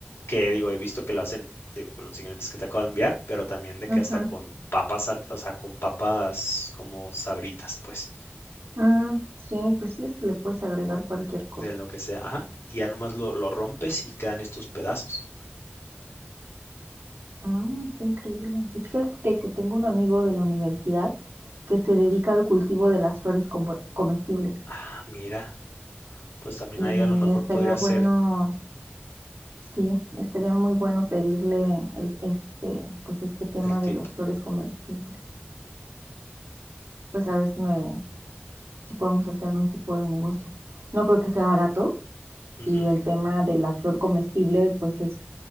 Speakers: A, on the left; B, on the right.
A: que digo, he visto que lo hacen digo, con los ingredientes que te acabo de enviar, pero también de
B: ujú,
A: que hasta con papas, o sea, con papas como sabritas, pues,
B: mm, sí, pues sí, es que le puedes agregar cualquier cosa.
A: de lo que sea, ajá. Y ya nomás lo, lo rompes y quedan estos pedazos.
B: Mm, está increíble. Y fíjate que tengo un amigo de la universidad que se dedica al cultivo de las flores como- comestibles.
A: Ah, mira, pues también
B: Y
A: ahí a lo mejor
B: estaría
A: podría
B: bueno,
A: ser
B: sí, estaría muy bueno pedirle el- este, pues este tema
A: el tip.
B: de las flores comestibles. Pues a ver si me, si podemos hacer un tipo de negocio. No creo que sea barato
A: Ujú,
B: y el tema de la flor comestible pues es